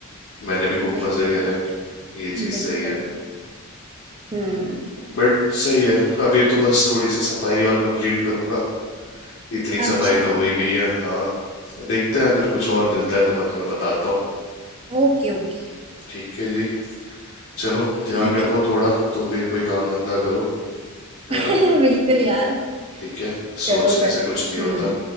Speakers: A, on the left; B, on the right.
A: मैंने भी खूब
B: बिल्कुल
A: मजे करे
B: यार
A: हैं, ये चीज
B: बिल्कुल
A: सही है
B: हम्म
A: बट सही है अभी तो बस थोड़ी सी सफाई और कंप्लीट करूंगा इतनी
B: अच्छा
A: सफाई तो हो ही गई है हाँ देखते हैं अगर कुछ और मिलता है तो मैं तुम्हें बताता हूँ
B: Okay okay
A: ठीक है जी चलो ध्यान
B: ठीक
A: रखो
B: है
A: थोड़ा तुम भी कोई काम धंधा करो है
B: फिर
A: ना
B: <laughs> बिल्कुल यार
A: ठीक है सोचने
B: चलो फिर
A: से कुछ नहीं होता
B: हम्म